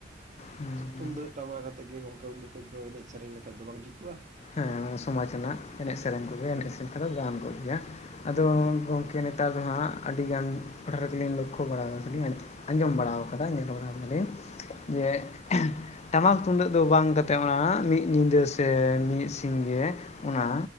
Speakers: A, on the left; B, on the right.
A: ᱦᱮᱸ
B: ᱛᱩᱢᱫᱟᱹᱜ
A: ᱦᱮᱸ
B: ᱴᱟᱢᱟᱠ ᱟᱛᱮᱜ ᱜᱮ ᱜᱚᱝᱠᱮ ᱩᱱ ᱡᱚᱠᱷᱚᱡ ᱫᱚ ᱮᱱᱮᱡ ᱥᱮᱨᱮᱧ ᱞᱮᱠᱷᱟᱡ ᱫᱚ ᱵᱟᱝ ᱡᱩᱛᱩᱜᱼᱟ?
A: ᱦᱮᱸ ᱥᱚᱢᱟᱡᱽ ᱨᱮᱱᱟᱜ ᱮᱱᱮᱡ ᱥᱮᱨᱮᱧ ᱠᱚᱜᱮ ᱮᱱᱮᱡ ᱥᱮᱨᱮᱧ <inaudible> ᱜᱟᱱ ᱠᱚᱜ ᱜᱮᱭᱟ᱾ ᱟᱫᱚ ᱜᱚᱝᱠᱮ ᱱᱮᱛᱟᱨ ᱫᱚ ᱦᱟᱸᱜ ᱟᱰᱤᱜᱟᱱ <inaudible> ᱜᱮᱞᱤᱧ ᱞᱚᱠᱠᱷᱚ ᱵᱟᱲᱟᱣ <inaudible> ᱟᱸᱡᱚᱢ ᱵᱟᱲᱟ ᱠᱟᱫᱟᱧ ᱧᱮᱞ ᱵᱟᱲᱟ ᱠᱟᱫᱟ ᱞᱤᱧ ᱡᱮ ᱴᱟᱢᱟᱠ ᱛᱩᱢᱫᱟᱹᱜ ᱫᱚ ᱵᱟᱝ ᱠᱟᱛᱮᱫ ᱚᱱᱟ ᱢᱤᱫ ᱧᱤᱫᱟᱹ ᱥᱮ ᱢᱤᱫ ᱥᱤᱧ ᱜᱮ ᱚᱱᱟ